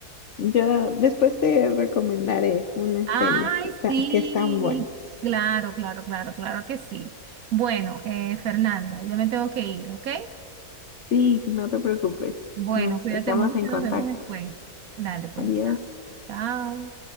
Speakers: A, on the left; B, on the right.
A: Yo después te recomendaré unas
B: Ay,
A: series que, está,
B: sí.
A: que están buenas.
B: Claro, claro, claro, claro que sí. Bueno, eh, Fernanda, ya me tengo que ir, ¿ok?
A: Sí, no te preocupes.
B: Bueno,
A: Nos
B: cuídate
A: estamos
B: mucho
A: en
B: y nos
A: contacto.
B: vemos después. Dale, pues,
A: Adiós.
B: chao. Chao.